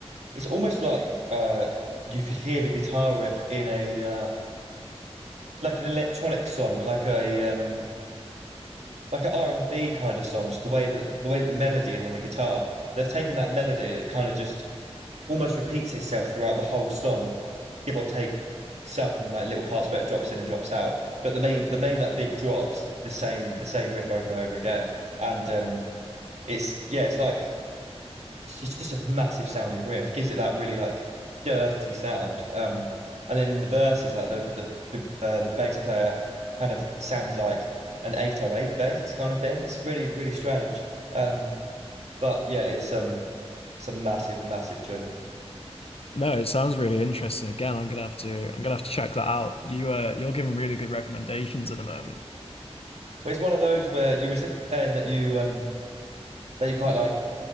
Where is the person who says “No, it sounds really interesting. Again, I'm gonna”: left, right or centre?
Left